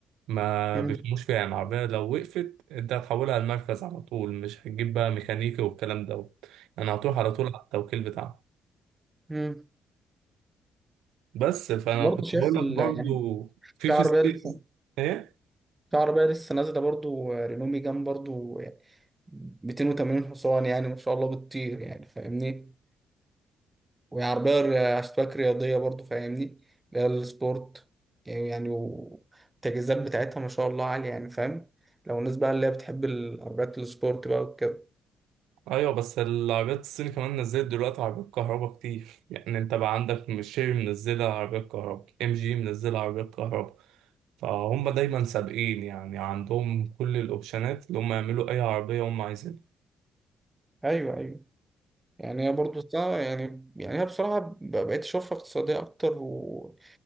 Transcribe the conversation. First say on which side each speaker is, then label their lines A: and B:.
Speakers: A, on the right; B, on the right.
A: ما
B: مم.
A: بيفهموش فيها يعني العربية لو وقفت أنت هتحولها على المركز على طول مش هتجيب بقى ميكانيكي والكلام ده يعني هتروح على طول على التوكيل بتاعها
B: مم.
A: بس فأنا
B: برضه
A: كنت
B: شايف
A: بقول لك
B: ال...
A: برضه
B: يعني
A: في
B: في
A: في
B: عربيه
A: الصين
B: لسه
A: إيه؟
B: في عربيه لسه نازله برضه آه، رينو ميجان برضه يعني 280 حصان يعني ما شاء الله بتطير يعني فاهمني وهي عربيه ر- اشتباك رياضيه برضه فاهمني اللي هي السبورت يعني يعني والتجهيزات بتاعتها ما شاء الله عاليه يعني فاهم لو الناس بقى اللي هي بتحب العربيات السبورت بقى وكده
A: ايوه بس العربيات الصيني كمان نزلت دلوقتي عربيات كهرباء كتير يعني انت بقى عندك ميشيلي منزلة عربيات كهرباء ام جي منزلة عربيات كهرباء فهم دايما سابقين يعني عندهم كل الاوبشنات اللي هم يعملوا اي عربية هم عايزينها
B: ايوه ايوه يعني هي برضه صعبة يعني يعني هي بصراحة ب- بقيت أشوفها اقتصادية أكتر و...